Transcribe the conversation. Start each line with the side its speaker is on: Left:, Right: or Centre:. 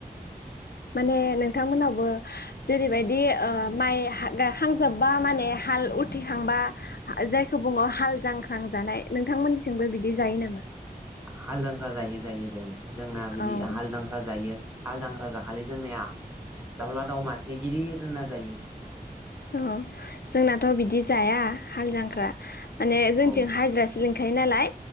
Left: माने नोंथांमोनहाबो जेरैबायदि ओ माइ हा गा हांखांजोबबा माने हाल उथिखांबा जायखौ बुङो हाल जांख्रा ख्रा जानाय नोंथांमोननिथिंबो बिदि जायो नामा
Right: हालदांख्रा जायो जायो जायो जोंना बिदि
Left: औ
Right: हालदांख्रा जायो हालदांख्रा जाखालि जोंनिया दाउला दाउ मासे गिदिरनो जायो
Left: जोंनाथ बिदि
Right: औ
Left: जाया हाल जांख्रा माने जोंथिं
Right: औ
Left: हाजिरासो लोंखायो नालाय